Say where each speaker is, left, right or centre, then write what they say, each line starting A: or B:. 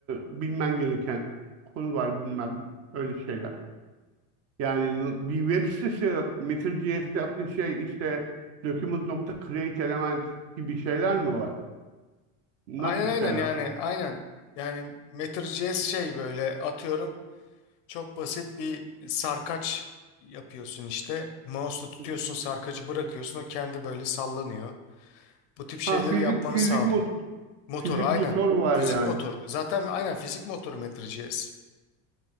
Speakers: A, on the right; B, on the left.
A: bilmen gereken konu var bilmem öyle şeyler. Yani n- bir web sitesi yarat, Matter.js'te yaptığın şey işte document.create element gibi şeyler mi var? Nasıl
B: Aynen aynen
A: şeyler?
B: yani aynen yani Matter.js şey böyle atıyorum. Çok basit bir sarkaç yapıyorsun işte. Mouse'la tutuyorsun
A: Hı hı.
B: sarkacı bırakıyorsun o kendi böyle sallanıyor. Bu tip şeyleri
A: Ha fizik,
B: yapmanı
A: fizik,
B: sağlıyor.
A: mot-
B: Motoru
A: fizik
B: aynen.
A: motor var
B: Fizik
A: yani.
B: motoru. Zaten aynen fizik motoru MetroGS.